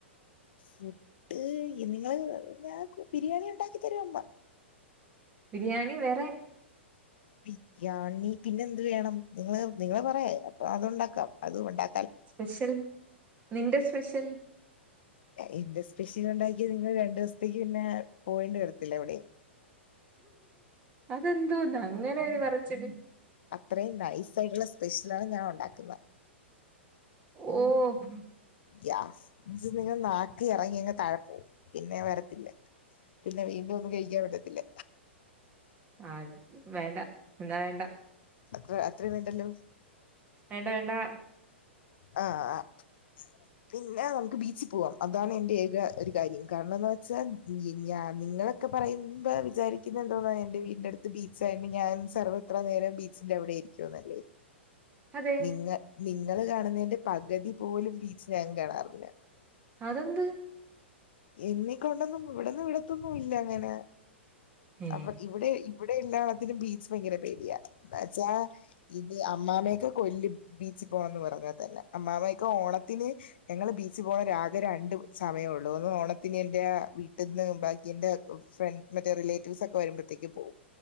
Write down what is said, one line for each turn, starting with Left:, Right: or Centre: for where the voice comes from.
Left: മുട്ട് നിങ്ങള് ഞ ബിരിയാണി ഇണ്ടാക്കി തരും
Right: ബിരിയാണി വേറെ
Left: ബിരിയാണി പിന്നെ എന്ത് വേണം നിങ്ങള് നിങ്ങള് പറയ് അപ്പൊ അതുണ്ടാക്കാം അത് ഉണ്ടാ
Right: സ്പെഷ്യൽ നിന്റെ സ്പെഷ്യൽ
Left: എന്റെ സ്പെഷ്യൽ ഉണ്ടാക്ക്യ നിങ്ങൾ രണ്ട് ദിവസത്തേക്ക് പിന്നെ പോവേണ്ടി വരത്തില്ല ഇവടെ
Right: അതെന്തോന്നാ അങ്ങനെ ഒരു പറച്ചില്
Left: അത്രേം നൈസ് ആയിട്ടുള്ള സ്പെഷ്യലാണ് ഞാൻ ഉണ്ടാക്കുന്നത്
Right: ഓഹ്
Left: ഗ്യാസ് <unintelligible> ആക്കി ഇറങ്ങി അങ്ങ് താഴെ പോവും പിന്നെ വരത്തില്ല പിന്നെ വീണ്ടും ഒന്നും കഴിക്കാൻ പറ്റത്തില്ല
Right: ആഹ് വേണ്ട എന്നാ വേണ്ട
Left: അത്ര അത്രയും വേണ്ടല്ലോ
Right: വേണ്ടാ വേണ്ടാ
Left: ആഹ് ആഹ് പിന്നെ നമുക്ക് ബീച്ചിൽ പോവാം അതാണ് എന്റെ ഏക ഒരു കാര്യം കാരണം ന്ന് വെച്ചാൽ ഞ നിങ്ങളെ ക്കെ പറയും മ്പ വിചാരിക്കുന്ന എന്തോന്നാ എന്റെ വീടിന്റെ അടുത്ത് ബീച്ചായിട്ട് ഞാൻ സർവ്വത്ര നേരം ബീച്ചിന്റെ അവിടെ ക്യുന്നല്ലേ
Right: അതെ
Left: നിങ്ങൾ നിങ്ങള് കാണ്ന്നതിന്റെ പകുതി പോലും ബീച്ച് ഞാൻ കാണാറില്ല
Right: അതെന്ത്?
Left: എന്നെക്കൊണ്ടൊന്നും ഇവിടന്ന് വിടത്തൊന്നും ഇല്ല അങ്ങനെ
Right: ഏ
Left: അപ്പ ഇവിടെ ഇവിടെ എല്ലാത്തിനും ബീച്ച് ഭയങ്കര പേടിയാ ന്താച്ചാ ഇത് അമ്മാമയൊക്കെ കൊല്ലും ബീച്ച് പോണംന്ന് പറഞ്ഞാ തന്നെ അമ്മാമയൊക്കെ ഓണത്തിന് ഞങ്ങള് ബീച്ച് പോണെ രാഗ രണ്ട് സമയൊ ടോന്ന് ഓണത്തിന് എന്റെ വീട്ടിൽ നിന്ന് ബാക്കി എന്റെ ഫ്ര മറ്റേ റിലേറ്റീവ്സ് ഒക്കെ വരുമ്പോഴത്തേക്ക് പോവും